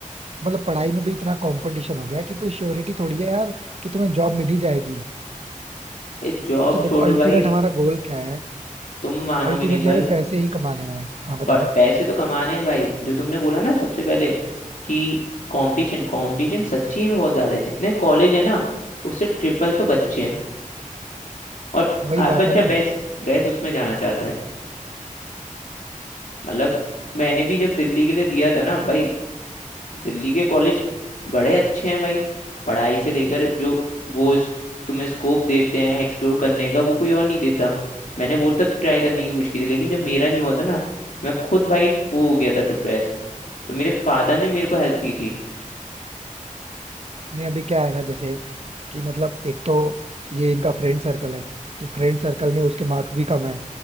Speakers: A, on the right; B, on the left.
A: मतलब पढ़ाई में भी इतना कंपटीशन हो गया है कि कोई श्योरिटी थोड़ी है यार कि तुम्हें जॉब मिल ही जाएगी
B: ए जॉब
A: अच्छा
B: छोड़ो
A: देखो अल्टीमेट
B: भाई
A: हमारा गोल क्या है
B: तुम मानोगे
A: अल्टीमेटली
B: नहीं भाई
A: हमें पैसे ही कमाने हैं हाँ बताओ
B: पर पैसे तो कमाने हैं भाई जो तुमने बोला ना सबसे पहले कि कंपटीशन कंपटीशन सच्ची में बहुत ज्यादा है जितने कॉलेज है ना उससे ट्रिपल तो बच्चे हैं और
A: वही
B: हर
A: बात
B: बच्चा
A: है ना
B: बेस्ट बेस्ट उसमें जाना चाहता है मतलब मैंने भी जब दिल्ली के लिए दिया था ना भाई दिल्ली के कॉलेज बड़े अच्छे हैं भाई पढ़ाई से लेकर जो वो इस, तुम्हें स्कोप देते हैं एक्सप्लोर करने का वो कोई और नहीं देता मैंने वो तक ट्राई करने की कोशिश की थी लेकिन जब मेरा नहीं हुआ था ना मैं खुद भाई वो हो गया था डिप्रेस तो मेरे फादर ने मेरे को हेल्प की थी
A: नहीं अभी क्या है ना जैसे कि मतलब एक तो ये इनका फ्रेंड सर्कल है तो फ्रेंड सर्कल में उसके मार्क्स भी कम है